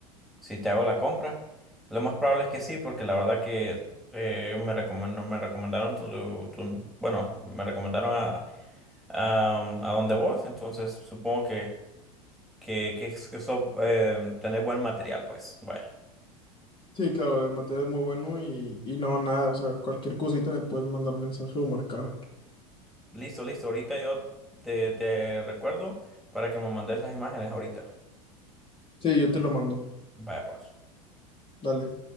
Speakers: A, in the centre; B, on the left (about 25°).
A: si te hago la compra. Lo más probable es que sí, porque la verdad que eh, me recomendó, me recomendaron tu, tu- bueno, me recomendaron a, a, a donde vos, entonces supongo que que, que, es- que so- eh, tener buen material, pues. Vaya.
B: Sí, claro, el material es muy bueno y, y no, nada, o sea, cualquier cosita me puedes mandar mensaje o marcar.
A: Listo, listo. Ahorita yo te, te recuerdo para que me mandes las imágenes ahorita.
B: Sí, yo te lo mando.
A: Vaya, pues.
B: Dale.